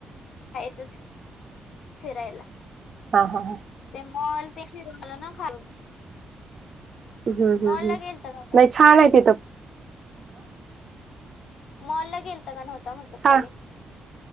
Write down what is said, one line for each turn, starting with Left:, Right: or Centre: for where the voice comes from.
Left: <unintelligible> फिरायला
Right: हा हा हा
Left: ते मॉल ते फिरून आलं ना खाऊन.
Right: हम्म हम्म
Left: मॉलला गेलता का
Right: नाही छान आहे तिथ.
Left: मॉल ला गेलता की नव्हता म्हटल
Right: छान
Left: खाली.